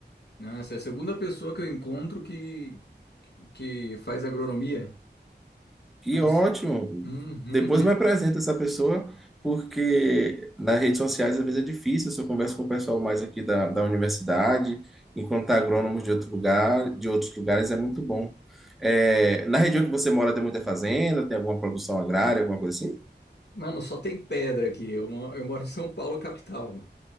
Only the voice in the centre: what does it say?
Que
ótimo!
Depois
me apresenta essa pessoa, porque nas redes sociais às vezes é difícil. Se eu converso com o pessoal mais aqui da, da universidade, enquanto agrônomos de outro lugar, de outros lugares, é muito bom. É, na região que você mora tem muita fazenda, tem alguma produção agrária, alguma coisa assim?